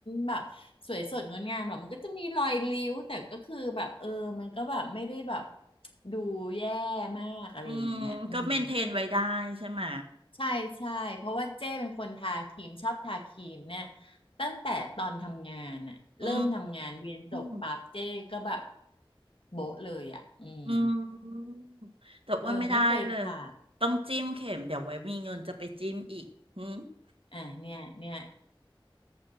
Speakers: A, on the left (about 70°); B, on the right (about 75°).
A: แบบสวยสดงดงามหรอกมันก็จะมีรอยริ้วแต่ก็คือแบบเออมันก็แบบไม่ได้แบบดูแย่มากอะไรอย่างเงี้ยอืม
B: อืมก็เมนเทนไว้ได้ใช่ไหม
A: ใช่ใช่เพราะว่าเจ้เป็นคนทาครีมชอบทาครีมเนี่ยตั้งแต่ตอนทำงานอะเริ่มทำงานเรียนจบปั๊บเจ้ก็แบบ
B: อืม
A: โบ๊ะเลยอะอืม
B: อืมแต่อ้ว่าไม่ได้เลย
A: เออไม่เคยขาด
B: ต้องจิ้มเข็มเดี๋ยวไว้มีเงินจะไปจิ้มอีกหืม
A: อ่ะเนี่ยเนี่ย